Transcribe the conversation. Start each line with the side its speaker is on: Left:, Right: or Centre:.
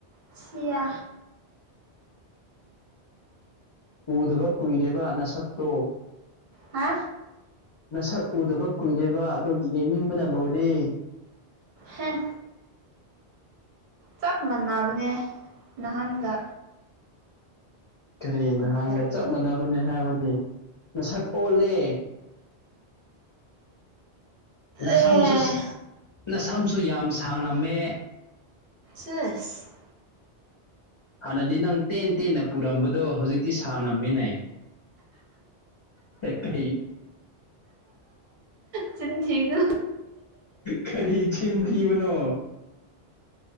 Right: ꯁꯤ꯭ꯌꯥ
Left: ꯎꯗꯕ ꯀꯨꯏꯔꯦꯕ ꯅꯁꯛꯇꯣ
Right: ꯍꯥ
Left: ꯅꯁꯛ ꯎꯗꯕ ꯀꯨꯏꯔꯦꯕ ꯑꯗꯨꯒꯤ ꯌꯦꯡꯅꯤꯡꯕꯅ ꯂꯣꯏꯔꯦ
Right: ꯍꯦ ꯆꯞ ꯃꯥꯟꯅꯕꯅꯦ ꯅꯍꯥꯟꯒ
Left: ꯀꯔꯤ
Right: ꯍꯟꯗꯛꯇꯣ
Left: ꯅꯍꯥꯟꯒ ꯆꯞ ꯃꯥꯟꯅꯕꯅꯤ ꯍꯥꯏꯕꯗꯤ ꯃꯁꯛ ꯑꯣꯜꯂꯦ ꯅꯁꯝꯁꯨ
Right: ꯑꯦ
Left: ꯅꯁꯝꯁꯨ ꯌꯥꯝ ꯁꯥꯡꯂꯝꯝꯃꯦ
Right: ꯆꯦꯁ
Left: ꯍꯥꯟꯅꯗꯤ ꯅꯪ ꯇꯦꯟ ꯇꯦꯟꯅ ꯄꯨꯔꯝꯕꯗꯣ ꯍꯧꯖꯤꯛ ꯏꯁ ꯁꯥꯟꯅꯃꯤꯟꯅꯩ ꯀ
Right: ꯆꯤꯟꯊꯤꯅ
Left: ꯀꯔꯤ ꯊꯤꯟ ꯊꯤꯕꯅꯣ